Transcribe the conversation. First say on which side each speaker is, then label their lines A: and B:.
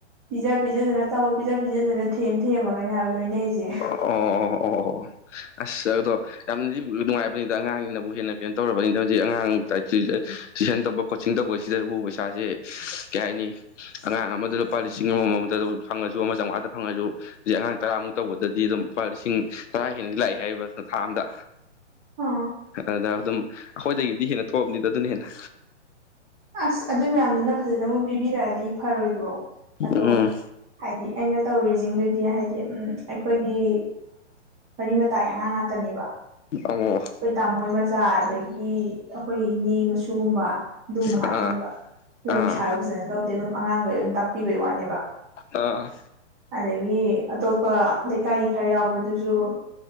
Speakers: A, on the right (about 20°); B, on the left (about 80°).
A: ꯄꯤꯖ ꯄꯤꯖꯗꯅ ꯑꯆꯥꯄꯣꯠ ꯄꯤꯖ ꯄꯤꯖꯗꯅ ꯊꯦꯝ ꯊꯦꯝꯃꯒꯅꯦ ꯍꯥꯏꯕ ꯂꯣꯏꯅꯩꯁꯦ
B: ꯑꯣꯝ ꯑꯣ ꯑꯣ ꯑꯁ ꯌꯥꯒꯗꯣ ꯌꯥꯝꯅꯗꯤ ꯅꯨꯡꯉꯥꯏꯕꯅꯤꯗ ꯑꯉꯥꯡꯁꯤꯡꯅꯕꯨ ꯍꯦꯟꯅ ꯀꯩꯅꯣ ꯇꯧꯔꯕꯅꯤꯅ ꯍꯧꯖꯤꯛ ꯑꯉꯥꯡ ꯇꯨꯏꯁꯟ ꯇꯧꯕꯣ ꯁꯤꯡ ꯇꯧꯕꯁꯤꯗ ꯎ ꯄꯩꯁꯥꯁꯦ ꯀꯩ ꯍꯥꯏꯅꯤ ꯑꯉꯥꯡ ꯑꯃꯗ ꯂꯨꯄꯥ ꯂꯤꯁꯤꯡ ꯑꯃꯃꯝꯗ ꯑꯗꯨꯝ ꯐꯪꯉꯁꯨ ꯑꯃ ꯆꯥꯝꯃꯉꯥꯗ ꯐꯪꯉꯁꯨ ꯑꯉꯥꯡ ꯇꯔꯥꯃꯨꯛ ꯇꯧꯕꯗꯗꯤ ꯑꯗꯨꯝ ꯂꯨꯄꯥ ꯂꯤꯁꯤꯡ ꯇꯔꯥ ꯍꯦꯟꯅ ꯂꯥꯛꯏꯦ ꯍꯥꯏꯔꯤꯕ ꯊꯥ ꯑꯝꯗ
A: ꯑꯥ
B: ꯑꯗ ꯑꯗꯨꯝ ꯑꯩꯈꯣꯏꯗꯒꯤꯗꯤ ꯍꯦꯟꯅ ꯊꯣꯛꯑꯕꯅꯤꯗ ꯑꯗꯨꯅ ꯍꯦꯟꯅ
A: ꯑꯁ ꯑꯗꯨꯏ ꯃꯌꯥꯝꯗꯨꯅ ꯐꯖꯅꯕꯨ ꯄꯤꯕꯤꯔꯛꯑꯗꯤ ꯐꯔꯣꯏꯗ꯭ꯔꯣ ꯑꯗꯣ
B: ꯎꯝ
A: ꯍꯥꯏꯗꯤ ꯑꯩꯅ ꯇꯧꯔꯤꯁꯤꯡꯗꯨꯗꯤ ꯍꯥꯏꯗꯤ ꯎꯝ ꯑꯩꯈꯣꯏꯒꯤ ꯃꯔꯤ ꯃꯇꯥꯏ ꯑꯉꯥꯡ ꯉꯥꯛꯇꯅꯦꯕ ꯑꯩꯈꯣꯏ
B: ꯑꯣ
A: ꯇꯥꯃꯣ ꯃꯆꯥ ꯑꯗꯒꯤ ꯑꯩꯈꯣꯏ ꯏꯅꯦ ꯃꯁꯨꯨꯒꯨꯝꯕ ꯃꯉꯇꯅꯦꯕ
B: ꯑꯥ
A: ꯑꯗꯨ
B: ꯑꯥ
A: ꯄꯩꯁꯥꯗꯣ ꯐꯖꯅ ꯂꯧꯗꯦ ꯑꯗꯨꯝ ꯑꯉꯥꯡꯈꯩ ꯑꯗꯨꯝ ꯇꯥꯛꯄꯤꯕꯩ ꯋꯥꯅꯦꯕ
B: ꯑꯥ
A: ꯑꯗꯒꯤ ꯑꯇꯣꯞꯄ ꯂꯩꯀꯥꯏ ꯈꯔ ꯌꯥꯎꯕꯗꯨꯁꯨ